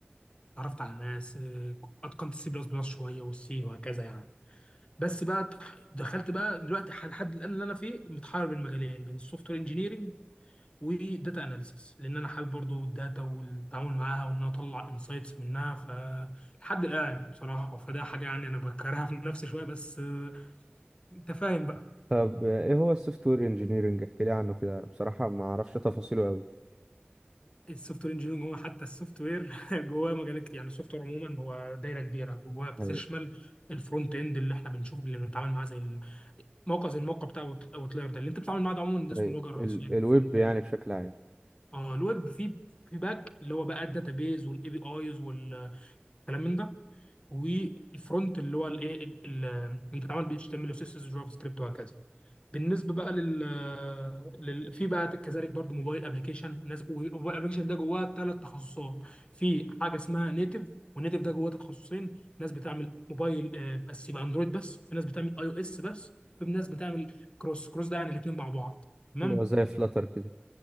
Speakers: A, on the left (about 25°); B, on the right (about 15°).
A: اتعرفت على ناس اه، اتقنت السي بلس بلس شويه والسي وهكذا يعني بس بقى دخلت بقى دلوقتي لحد الان اللي انا فيه متحير بين مجالين بين السوفت وير انجينيرنج وداتا اناليسيس لان انا حابب برضو الداتا والتعامل معاها وان انا اطلع انسايتس منها فلحد الان بصراحه فده حاجه يعني انا بكرهها في نفسي شويه بس آه، انت فاهم بقى
B: طب ايه هو السوفت وير انجينيرنج احكي لي عنه كده بصراحه ما اعرفش تفاصيله قوي
A: السوفت وير انجينيرنج هو حتى السوفت وير <laughs> جواه مجالات كتير. <laughs> يعني السوفت وير عموما هو دايره كبيره جواه بتشمل
B: ايوه
A: الفرونت اند اللي احنا بنشوفه اللي بنتعامل معاه زي الموقع زي الموقع بتاع اوت- اوتلاير ده اللي انت بتتعامل معاه ده عموما ده اسمه
B: ايوه
A: الواجهه الرئيسيه
B: ال
A: الفرونت
B: الويب يعني
A: اند
B: بشكل عام
A: اه الويب في في باك اللي هو بقى الداتا بيز والاي بي ايز والكلام من ده والفرونت اللي هو الايه ال- ال- اللي بيتعمل بي اتش تي ام ال وسي اس جافا سكريبت وهكذا بالنسبه بقى لل, لل... في بقى كذلك برضو موبايل ابلكيشن ناس والموبايل ابلكيشن ده جواه ثلاث تخصصات في حاجه اسمها نيتف والنيتف ده جواه تخصصين ناس بتعمل موبايل آه، بس يبقى اندرويد بس في ناس بتعمل اي او اس بس في ناس بتعمل كروس كروس ده يعني الاثنين مع بعض تمام
B: اللي هو زي فلاتر كده